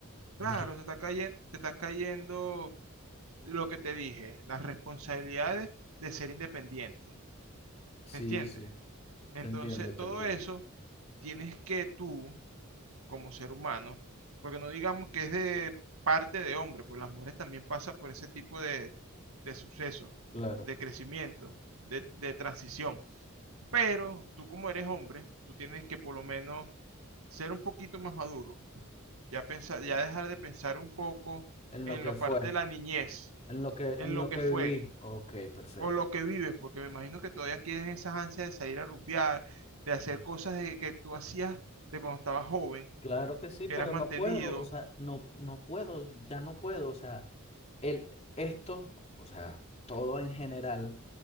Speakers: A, on the left; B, on the right.
A: De-
B: Claro, te está cayendo, te está cayendo lo que te dije, las responsabilidades de ser independiente,
A: Sí,
B: ¿me entiendes?
A: sí,
B: Entonces,
A: te entiendo, te
B: todo
A: entiendo.
B: eso tienes que tú, como ser humano, porque no digamos que es de parte de hombre, pues las mujeres también pasan por ese tipo de, de sucesos,
A: Claro,
B: de crecimiento, de, de transición. Pero tú como eres hombre, tú tienes que por lo menos ser un poquito más maduro, ya pensar, ya dejar de pensar un poco
A: en
B: en
A: lo que
B: la parte
A: fue,
B: de la niñez,
A: en lo que,
B: en
A: en
B: lo
A: lo
B: que
A: que
B: fue
A: viví. Ok, perfecto.
B: o lo que vives, porque me imagino que todavía tienes esas ansias de salir a rumbear, de hacer
A: Mm.
B: cosas de que tú hacías de cuando estabas joven,
A: Claro que sí,
B: que
A: pero
B: eras mantenido,
A: no puedo, o sea, no, no puedo, ya no puedo, o sea, el, esto, o sea, todo en general